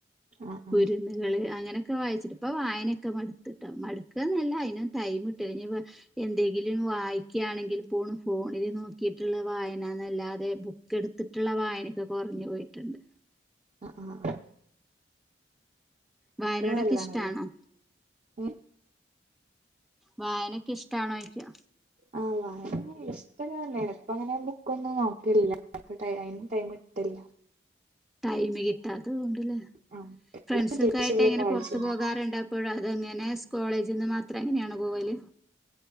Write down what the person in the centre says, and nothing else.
കുരുന്നുകള്
അങ്ങനൊക്കെ വായിച്ചിട്ട് പ്പൊ വായനൊക്കെ മടുത്ത്ട്ടാ മടു ക്ക് ന്നല്ല അയ്നൊ തൈമ്ട്ടു ല. ഞ്ഞിപ്പോ എന്തെങ്കിലും വായിക്യാണെങ്കിൽ പോണ് ഫോണില് നോക്കിട്ടുള്ള വായനന്നല്ലാതെ ബു ക്കെടുത്തിട്ടുള്ള വായനൊക്കെ കൊറഞ്ഞു പോയിട്ടുണ്ട്
വായനോടൊക്കെ
ഇഷ്ടാണോ
വായനക്കെ ഇഷ്ടാണോ ചോയ്ക്യ
ടൈം കിട്ടാത്തത് കൊണ്ടല്ലേ
ഫ്രണ്ട്സൊക്കെ
ആയിട്ട് എങ്ങനെ
പുറത്തു പോകാറുണ്ടോ ഇപ്പോഴതെങ്ങനെ സ്കോളേജിന്ന് മാത്രം എങ്ങനെയാണ് പോവല്